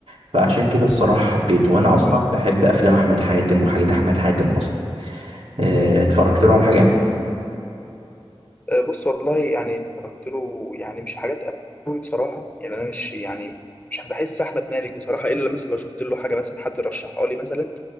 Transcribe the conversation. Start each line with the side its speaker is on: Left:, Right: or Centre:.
Right: فعشان كده الصراحة حبيته وأنا
Left: ايوه
Right: أصلا
Left: ايوه
Right: بحب أفلام أحمد حاتم وحاجات أحمد حاتم أصلا آه، اتفرجت له على حاجة؟
Left: بالظبط آه، بص والله يعني اتفرجت له يعني مش حاجات قوي بصراحه يعني انا مش يعني مش بحس احمد مالك بصراحه الا مثلا لو شفت له حاجه مثلا حد رشحها لي مثلا